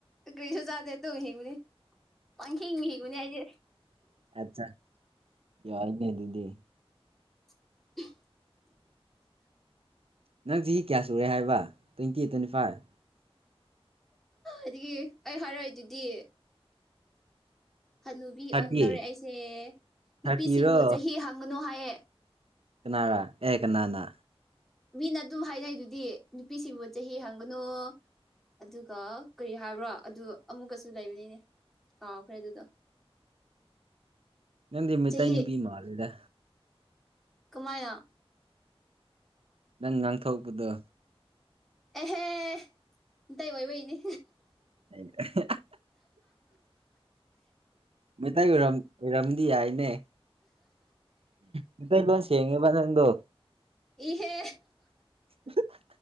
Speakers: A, in the centre; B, on the right.
A: ꯀꯔꯤꯁꯨ ꯆꯥꯗꯦ ꯑꯇꯨ ꯍꯤꯡꯕꯅꯤ ꯄꯪꯍꯤꯡ ꯍꯤꯒꯅꯤ ꯑꯩꯗꯤ
B: ꯑꯠꯆꯥ ꯌꯥꯏꯅꯦ ꯑꯗꯨꯗꯤ
A: <unintelligible>
B: ꯅꯪ ꯆꯍꯤ ꯀꯌꯥ ꯁꯨꯔꯦ ꯍꯥꯏꯕ ꯇ꯭ꯋꯦꯟꯇꯤ ꯇ꯭ꯋꯦꯟꯇꯤ ꯐꯥꯏꯐ
A: ꯑꯗꯒꯤ ꯑꯩ ꯍꯥꯏꯔꯛꯏꯗꯨꯗꯤ ꯍꯟꯅꯨꯕꯤ
B: ꯊꯥꯔꯇꯤ
A: ꯑꯣꯏꯒꯗꯧꯔꯦ ꯑꯩꯁꯦ ꯅꯨꯄꯤꯁꯤꯡꯕꯨ
B: ꯊꯥꯔꯇꯤꯔꯣ
A: ꯆꯍꯤ ꯍꯪꯒꯅꯨ ꯍꯥꯏꯌꯦ
B: ꯀꯅꯥꯔ ꯑꯦ ꯀꯅꯥꯅ
A: ꯃꯤꯅ ꯑꯗꯨꯝ ꯍꯥꯏꯅꯩꯗꯨꯗꯤ ꯅꯨꯄꯤꯁꯤꯡꯕꯨ ꯆꯍꯤ ꯍꯥꯡꯒꯅꯨ ꯑꯗꯨꯒ ꯀꯔꯤ ꯍꯥꯏꯕ꯭ꯔꯥ ꯑꯗꯨ ꯑꯃꯨꯛꯀꯁꯨ ꯂꯩꯕꯅꯤꯅꯦ ꯀꯥꯎꯈ꯭ꯔꯦ ꯑꯗꯨꯗꯣ
B: ꯅꯪꯗꯤ ꯃꯩꯇꯩ
A: ꯆꯍꯤ
B: ꯅꯨꯄꯤ ꯃꯜꯂꯤꯗ
A: ꯀꯃꯥꯏꯅ
B: ꯅꯪ ꯉꯥꯡꯊꯣꯛꯄꯗꯣ
A: ꯑꯦꯍꯦ ꯃꯤꯇꯩ ꯑꯣꯏꯕꯩꯅꯤ
B: ꯑꯩꯅ ꯃꯩꯇꯩ ꯑꯣꯏꯔꯝ ꯑꯣꯏꯔꯝꯗꯤ ꯌꯥꯏꯅꯦ ꯃꯩꯇꯩ ꯂꯣꯟꯁꯦ ꯆꯦꯡꯉꯦꯕ ꯅꯪꯗꯣ
A: ꯏꯍꯦ
B: <unintelligible>